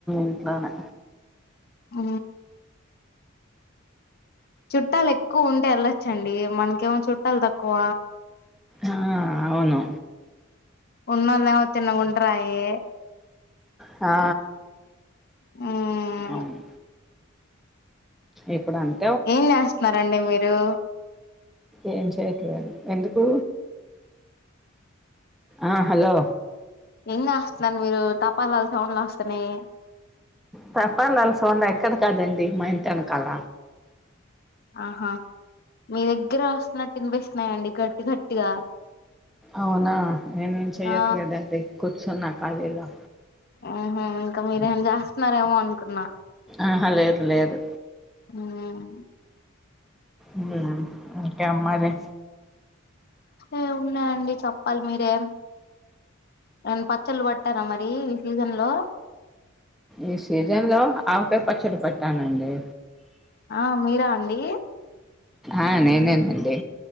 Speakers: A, in the centre; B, on the left.
A: ఇంట్లోనే
B: ఊ చుట్టాలు ఎక్కువ ఉంటే వెళ్లొచ్చండి మనకేమో చుట్టాలు తక్కువ
A: ఆ అవును
B: ఉన్నోలేమో తిన్నగ ఉండరాయే
A: హా
B: మ్మ్
A: అవును ఎప్పుడు అండ్
B: ఏం చేస్త్నారండి మీరు?
A: ఏం చెయ్యట్లేదు ఎందుకు ఆ హలో
B: ఎం చెస్త్నారు మీరు తపాలాల్ సౌండ్లు వస్తున్నయ్
A: తపాలాల్ సౌండ్ ఎక్కడ కాదండి మా ఇంటి ఎనకాల
B: ఆహా మీ దెగ్గెరె వస్త్నట్టు విన్పిస్తున్నాయండి గట్టి గట్టిగా
A: అవునా నేనేం చెయట్లేదండి
B: ఆ
A: కూర్చున్నా ఖాళీగా
B: ఊహూ ఇంకా మీరేం చేస్తున్నారేమో అన్కున్నా?
A: ఆహా లేదు లేదు
B: ఉమ్
A: ఉమ్ ఇంకేం మరి?
B: ఏం ఉన్నాయండి చెప్పాల్ మీరే? ఏన్ పచ్చళ్ళు పట్టారా మరి ఈ సీజన్ లో?
A: ఈ సీజన్ లో ఆవకాయ పచ్చడి పట్టానండి
B: ఆ మీరా అండి
A: ఆ నేనేనండి